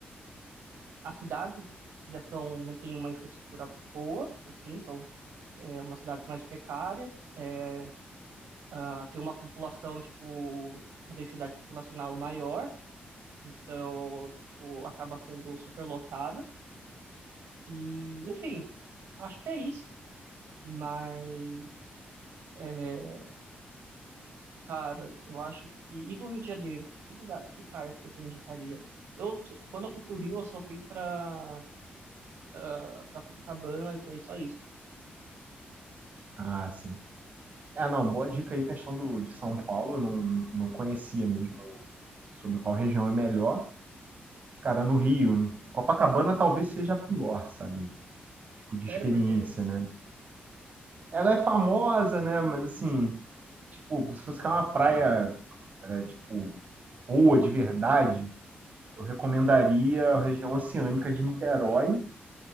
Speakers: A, on the right; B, on the right.
A: As cidades já são, não tem uma infraestrutura boa, assim, são é, umas cidades mais precárias, é, ah, tem uma população, tipo, uma densidade populacional maior, então, tipo, acaba sendo superlotada. E, enfim, acho que é isso. Mas, é, cara, eu acho que. E do Rio de Janeiro? Que lugar, que praia que você indicaria? Eu, quando eu fui pro Rio, eu só fui pra, ah, pra Copacabana e foi só isso.
B: Ah, sim. Ah, não, boa dica aí, questão do, de São Paulo, eu não, não conhecia mesmo sobre qual região é melhor. Cara, no Rio, Copacabana talvez seja a pior, sabe? Tipo, de experiência,
A: Sério, porque.
B: né? Ela é famosa, né? Mas assim, tipo, se fosse ficar uma praia, era, tipo, boa de verdade, eu recomendaria a região oceânica de Niterói.